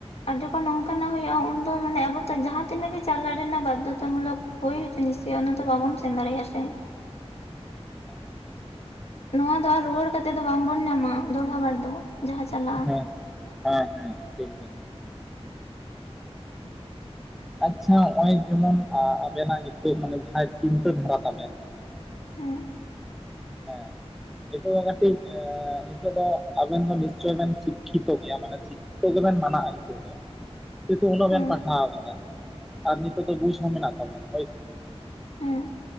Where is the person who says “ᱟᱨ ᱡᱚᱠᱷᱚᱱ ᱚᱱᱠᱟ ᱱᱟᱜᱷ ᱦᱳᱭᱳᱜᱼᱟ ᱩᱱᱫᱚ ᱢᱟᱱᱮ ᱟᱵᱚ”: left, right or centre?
Left